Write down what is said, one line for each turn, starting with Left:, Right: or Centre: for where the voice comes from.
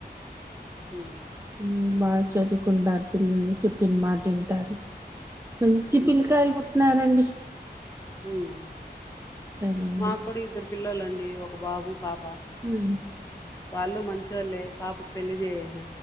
Left: ఉహ్మ్
Right: ఉహ్ బాగా చదువుకుంటారు పిల్లలు చెప్పిన మాట వింటారు. మంచి పిల్కాయలు పుడ్ న్నరండి
Left: మ్మ్
Right: అదండి
Left: మా కూడా ఇద్దరు పిల్లలండి. ఒక బాబు, పాప
Right: ఉమ్,
Left: వాళ్ళు మంచొళ్ళే పాపకు పెళ్లి చేయన